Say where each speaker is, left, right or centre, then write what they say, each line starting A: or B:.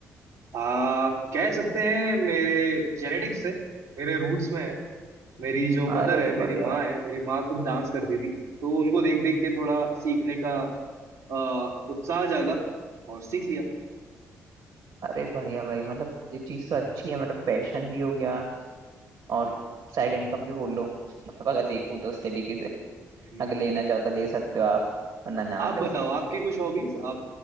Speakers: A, on the right (about 85°); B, on the right (about 70°).
A: आ, कह सकते हैं मेरे जेनेटिक्स है मेरे रूट्स में है मेरी जो मदर
B: अरे
A: है मेरी
B: बढ़िया
A: माँ
B: भाई
A: है मेरी माँ खुद डांस करती थी तो उनको देख देख के थोड़ा सीखने का अ, उत्साह जागा और सीख लिया
B: अरे बढ़िया भाई मतलब ये चीज तो अच्छी है मतलब पैशन भी हो गया और साइड इनकम भी बोल लो मतलब अगर देखूं तो उस तरीके से
A: हम्म
B: अगर लेना चाहो तो ले सकते हो आप वरना ना
A: आप
B: लो
A: बताओ आपकी कुछ हॉबीज आप